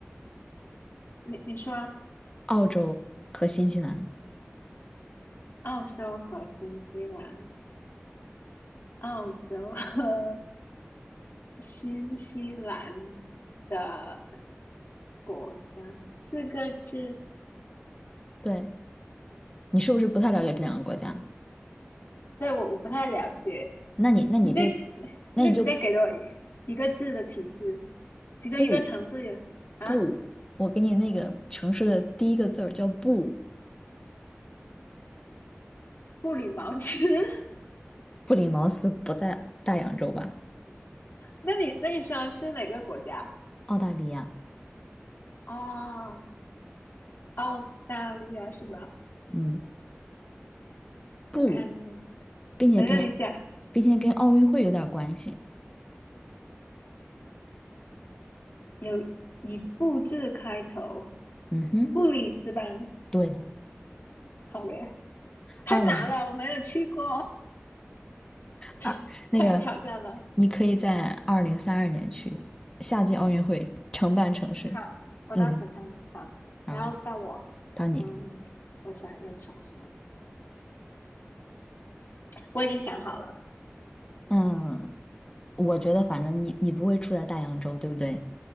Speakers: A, on the left; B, on the left.
A: 你你说啊
B: 澳洲和新西兰。
A: 澳洲和新西兰，澳洲和 <laughs> 新西兰的国家，四个字
B: 对，你是不是不太了解这两个国家？
A: 对，我我不太了解。
B: 那你那你就，
A: 你再，
B: 那你就
A: 那你再给我一一个字的提示，其中一个城市有啊，
B: 不不，我给你那个城市的第一个字儿叫不，
A: 布里茅斯。<laughs>
B: 布里茅斯不在大洋洲吧？
A: 那你那你说是哪个国家？
B: 澳大利亚，
A: 哦，澳大利亚是吧？
B: 嗯，不，
A: 我看一下，
B: 并且跟
A: 等一下，你想
B: 并且跟奥运会有点关系。
A: 有以布字开头，
B: 嗯哼。
A: 布里斯班。
B: 对的，
A: 好嘞，太难了，
B: 二零
A: 我没有去过，
B: 二那个，
A: <laughs> 太有挑战了。
B: 你可以在二零三二年去夏季奥运会承办城市。
A: 好，我到时看？
B: 嗯，
A: 好，
B: 好，
A: 然后到我，
B: 到你。
A: 嗯，我想一个城市，我已经想好了，
B: 嗯，我觉得反正你你不会出在大洋洲，对不对？